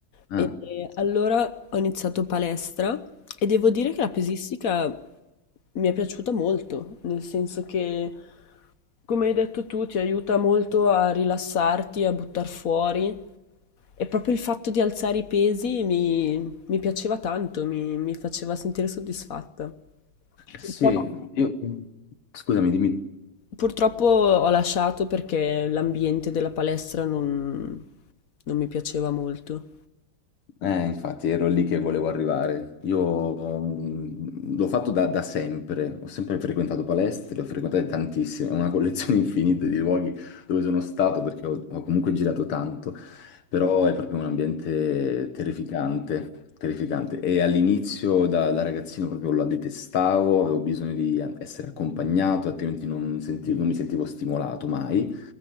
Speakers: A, on the left (about 85°); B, on the left (about 50°).
A: Ah,
B: E e allora ho iniziato palestra e devo dire che la pesistica mi è piaciuta molto, nel senso che Come hai detto tu, ti aiuta molto a rilassarti, a buttar fuori e proprio il fatto di alzare i pesi mi, mi piaceva tanto, mi, mi faceva sentire soddisfatta.
A: sì,
B: Purtroppo,
A: io... Scusami, dimmi
B: purtroppo ho lasciato perché l'ambiente della palestra non, non mi piaceva molto.
A: Eh, infatti ero lì che volevo arrivare. Io mm, l'ho fatto da, da sempre, ho sempre frequentato palestre, le ho frequentato tantissime, ho una collezione <laughs> infinita di luoghi dove sono stato perché ho, ho comunque girato tanto, però è proprio un ambiente terrificante, terrificante. E all'inizio da, da ragazzino proprio la detestavo, avevo bisogno di essere accompagnato, altrimenti non senti- non mi sentivo stimolato mai